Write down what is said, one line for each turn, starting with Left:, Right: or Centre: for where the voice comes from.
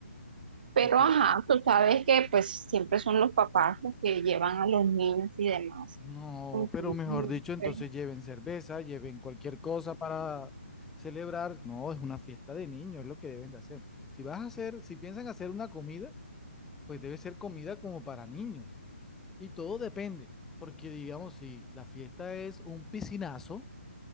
Right: Pero
Centre: Así que,
Right: ajá, tú sabes que pues siempre son los papás los que llevan a los niños y demás.
Centre: no,
Right: Entonces,
Centre: pero mejor
Right: no
Centre: dicho, entonces
Right: sé.
Centre: lleven cerveza, lleven cualquier cosa para celebrar. No, es una fiesta de niños, es lo que deben de hacer. Si vas a hacer, si piensan hacer una comida, pues debe ser comida como para niños. Y todo depende, porque digamos, si la fiesta es un piscinazo,